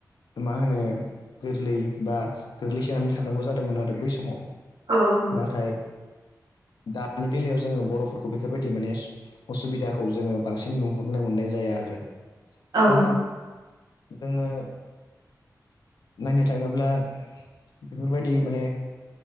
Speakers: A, on the left; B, on the right.
A: मा होनो गोरलै बा गोग्लैसोनानै थानांगौ जादोंमोन आरो बै समाव।
B: औ औ
A: नाथाय दानि बेलायाव जोङो बर'फोरखौ बेफोरबायदि माने असुबिदाखौ जोङो बांसिन नुहुरनो मोननाय जाया आरो
B: औ
A: दा जोङो नायनो थाङोब्ला बेफोर बायदि माने